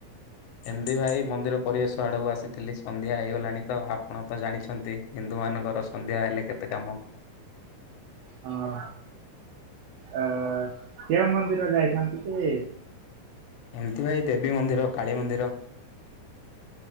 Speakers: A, on the left; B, on the right.
A: ଏମିତି ଭାଇ ମନ୍ଦିର ପରିବେଶ ଆଡ଼କୁ ଆସିଥିଲି ସନ୍ଧ୍ୟା ହେଇଗଲାଣି ତ ଆପଣ ତ ଜାଣିଛନ୍ତି ହିନ୍ଦୁ ମାନଙ୍କର ସନ୍ଧ୍ୟା ହେଲେ କେତେ କାମ
B: ହଁ ଅ କେଉ ମନ୍ଦିର ଯାଇଥାନ୍ତି କି
A: ଏମିତି ଭାଇ ଦେବୀ ମନ୍ଦିର କାଳୀମନ୍ଦିର